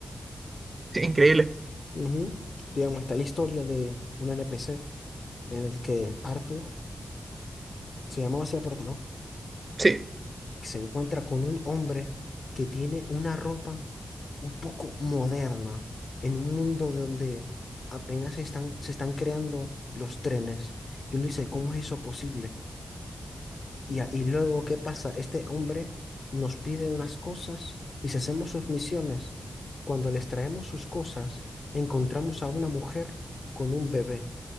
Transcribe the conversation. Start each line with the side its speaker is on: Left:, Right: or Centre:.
Right: Sí, increíble,
Left: Ujú. Digamos, está la historia de un NPC en el que Arthur se llamaba así la puerta, ¿no?
Right: sí.
Left: que se encuentra con un hombre que tiene una ropa un poco moderna en un mundo donde apenas se están, se están creando los trenes. Y uno dice, ¿cómo es eso posible? Y, a- y luego, ¿qué pasa? Este hombre nos pide unas cosas y si hacemos sus misiones, cuando les traemos sus cosas, encontramos a una mujer con un bebé.